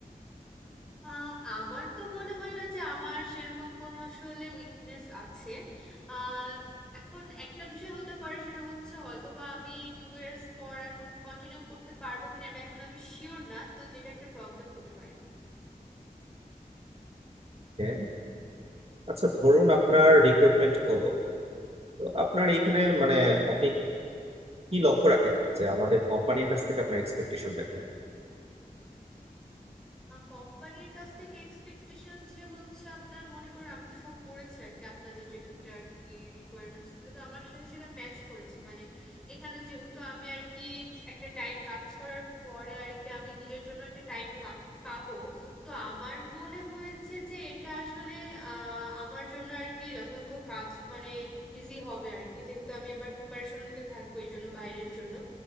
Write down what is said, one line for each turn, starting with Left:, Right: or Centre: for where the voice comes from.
Centre: আহ, আমার তো মনে হয় না যে আমার সেরকম কোনো আসলে উইকনেস আছে আহ, এখন একটা বিষয় হতে পারে সেটা হচ্ছে হয়তো বা আমি টু ইয়ার্স পর এখন কন্টিনিউ করতে পারবো কিনা এটা এখন আমি শিওর না তো যেটা একটা প্রবলেম হতে পারে
Right: হ্যাঁ আচ্ছা ধরুন আপনার রিক্রুটমেন্ট হলো তো আপনার এখানে মানে আপনি কি লক্ষ্য রাখেন যে আমাদের কোম্পানির কাছ থেকে আপনার এক্সপেকটেশনটা কি
Centre: কোম্পানির কাছ থেকে এক্সপেকটেশন যে হচ্ছে আপনার মনে করুন আমি তো সব পড়েছি আর কি আপনাদের যেটা যেটা আর কি রিকোয়ারমেন্টস ছিল তো আমার সাথে সেটা ম্যাচ করেছে মানে এখানে যেহেতু আমি আর কি একটা টাইম কাজ করার পরে আর কি আমি নিজের জন্য একটা টাইম পাবো তো আমার মনে হয়েছে যে এটা আসলে আহ, আমার জন্য আর কি যথাযথ কাজ মানে ইজি হবে আর কি যেহেতু আমি এবার প্রিপারেশন নিতে থাকবো এই জন্য বাইরের জন্য